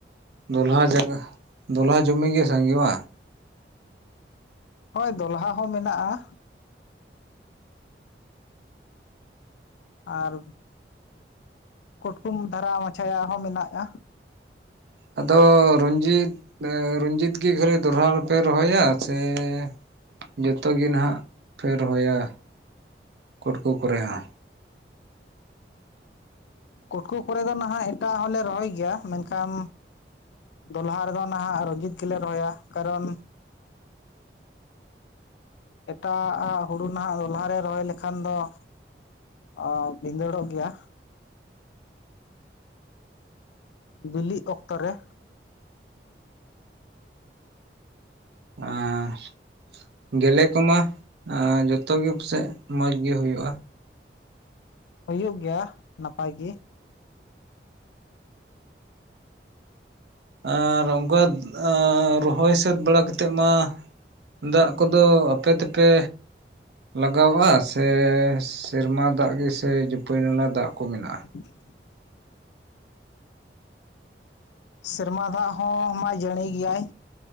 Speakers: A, on the right (about 70°); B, on the left (about 75°).
A: ᱫᱚᱞᱦᱟᱹ ᱡᱟᱭ ᱫᱚᱞᱦᱟᱹ ᱡᱚᱢᱤ ᱜᱮ ᱥᱟᱸᱜᱮᱭᱟᱹ ᱵᱟ
B: ᱦᱳᱭ ᱫᱚᱞᱦᱟ ᱦᱚᱸ ᱢᱮᱱᱟᱜᱼᱟ। ᱟᱨ ᱠᱩᱴᱠᱩᱢ ᱫᱷᱟᱨᱟ ᱢᱟᱪᱷᱟᱭᱟᱜ ᱦᱚᱸ ᱢᱮᱱᱟᱜᱼᱟ।
A: ᱟᱫᱚ ᱨᱚᱧᱡᱤᱛ ᱨᱚᱧᱡᱤᱛ ᱜᱮ ᱠᱷᱟᱞᱤ ᱫᱚᱲᱦᱟ ᱫᱮᱯᱮ ᱨᱚᱦᱚᱭᱟ ᱥᱮ ᱼᱼ ᱡᱚᱛᱚ ᱜᱮ ᱱᱟᱷᱟᱜ ᱯᱮ ᱨᱚᱦᱚᱭᱟ ᱠᱚᱴᱠᱩ ᱠᱚᱨᱮ ᱦᱚᱸ?
B: ᱠᱩᱴᱠᱩ ᱠᱚᱨᱮ ᱫᱚ ᱱᱟᱷᱟᱜ ᱮᱴᱟᱜ ᱟᱜ ᱦᱚᱸᱞᱮ ᱨᱚᱦᱚᱭ ᱜᱮᱭᱟ ᱢᱮᱱᱠᱷᱟᱱ ᱼᱼ ᱫᱚᱞᱦᱟ ᱨᱮᱫᱚ ᱱᱷᱟᱜ ᱨᱚᱡᱤᱛ ᱜᱮᱞᱮ ᱨᱚᱦᱚᱭᱟ᱾ ᱠᱟᱨᱚᱱ ᱼᱼ ᱮᱴᱟᱜᱟᱜ ᱟᱜ ᱦᱩᱲᱩ ᱱᱟᱷᱟᱜ ᱫᱚ ᱞᱦᱟᱨᱮ ᱨᱚᱦᱚᱭ ᱞᱮᱠᱷᱟᱱ ᱫᱚ ᱼᱼ ᱚ ᱵᱷᱤᱸᱫᱟᱹᱲᱚᱜ ᱜᱮᱭᱟ। ᱵᱤᱞᱤᱜ ᱚᱠᱛᱚ ᱨᱮ᱾
A: ᱟᱨ ᱜᱮᱹᱞᱮ ᱠᱚᱹᱢᱟ ᱦᱮᱸ ᱡᱷᱚᱛᱚ ᱜᱮ ᱯᱟᱹᱥᱮᱫ ᱢᱚᱡᱽ ᱜᱮ ᱦᱩᱭᱩᱜᱼᱟ᱾
B: ᱦᱩᱭᱩᱜ ᱜᱮᱭᱟ ᱱᱟᱯᱟᱭ ᱜᱮ।
A: ᱟᱨ ᱚᱱᱠᱟ ᱟ ᱨᱚᱦᱚᱭ ᱥᱟᱹᱛ ᱵᱟᱲᱟ ᱠᱟᱛᱮᱫ ᱢᱟ ᱼᱼ ᱫᱟᱜ ᱠᱚᱫᱚ ᱟᱯᱮ ᱛᱮᱯᱮ ᱞᱟᱜᱟᱣᱚᱜᱼᱟ ᱥᱮ ᱥᱮᱨᱢᱟ ᱫᱟᱜ ᱜᱮ ᱥᱮ ᱡᱟᱹᱯᱟᱹᱭ ᱱᱟᱞᱟ ᱫᱟᱜ ᱠᱚ ᱢᱮᱱᱟᱜᱼᱟ?
B: <unintelligible> ᱥᱮᱨᱢᱟ ᱫᱟᱜ ᱦᱚᱸ ᱢᱟᱭ ᱡᱟᱹᱲᱤ ᱜᱮᱭᱟᱭ।